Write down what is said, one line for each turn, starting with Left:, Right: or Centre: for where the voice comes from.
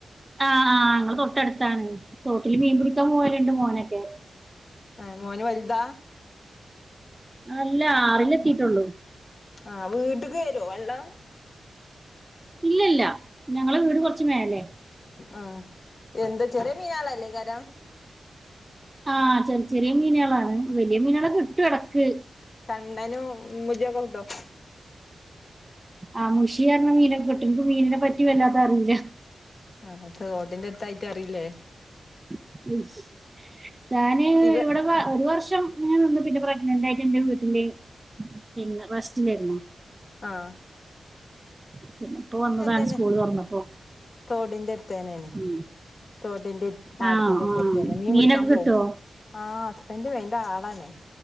Right: ആ ആ ങ്ങ തോട്ട തട്ടടുത്താണ് തോട്ടില് മീൻ പിടിക്കാൻ പോലുണ്ട് മോനൊക്കെ
Left: ആഹ് മോന് വല എന്ത
Right: അല്ല ആറിലെത്തിട്ടുള്ളൂ
Left: ആ വീട് ട്ട്ക്ക് വരോ വള്ളം
Right: ഇല്ല ഇല്ല ഞങ്ങളെ വീട് കൊർച്ച് മേലേ
Left: ആ എന്താ ചെറിയ മീനാളല്ലേകാരം
Right: ആ ചെറി ചെറിയ മീനാളാണ് വലിയ മീനാളെ കിട്ടും എടക്ക്
Left: കണ്ണനും മുജ്ജോക്കെ കിട്ടോ
Right: ആ മുഷിയാർഞ്ഞ മീനൊക്കെ കിട്ടും ൻക്ക് മീനിനെ പറ്റി റ്റി വല്ലാത അറീല്ല
Left: ആ ഹാ ത് റോഡിന്റെ അട്ത്തായി റ്ററീല്ലേ
Right: അറിയില്ല ഞാന്
Left: ഇവ
Right: ഇവിടെപ്പ ഒരു വർ റ്റം ഇങ്ങനെ നിന്ന് പിന്നെ പ്രെഗ്നന്റ് ആയിട്ട് എന്റെ വീട്ടില് പിന്നെ ഫസ്റ്റിലേര്ന്നോ?
Left: ആഹ്
Right: പിന്നെ ഇപ്പോ വന്നതാണ്
Left: തന്നെ
Right: സ്കൂൾ തുറന്നപ്പോ.
Left: തോടിന്റെ അടുത്തേനേണെ.
Right: ഉം.
Left: തോട്ടിന്റിം പാടത്തിന്റെ
Right: ആ ആ
Left: ഒക്കെ എര്ത്തന്നെ. മീൻ
Right: മീനൊക്കെ
Left: പിടിക്കാ
Right: കിട്ടുവോ
Left: പോവും ആ ഹസ്ബൻഡും അയ് ൻ്റാളാണ്.